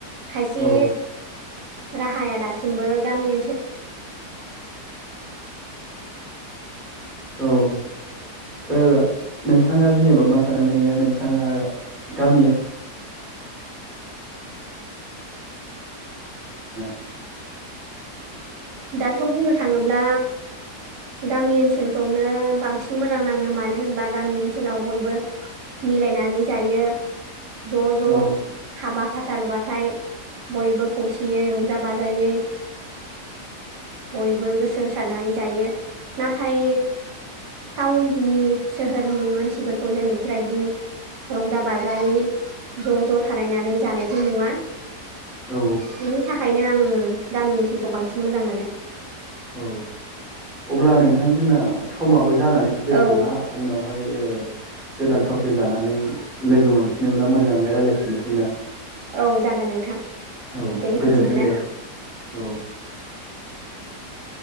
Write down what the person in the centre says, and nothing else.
औ
<inaudible> नोंथाङा जेनेबा मा सानो नोङो नोंथाङा ओ गा <inaudible>
औ
औ
औ अब्ला नोंथां जोंना समाबो जानानै फैबाय
खोमा उनाव हाय ओ गोदान टपिक लानानै लोगो मोनफिनोब्ला मोजाङै रायजलायफिनो सै ना
औ
गोजोन्थों
दे औ। <inaudible>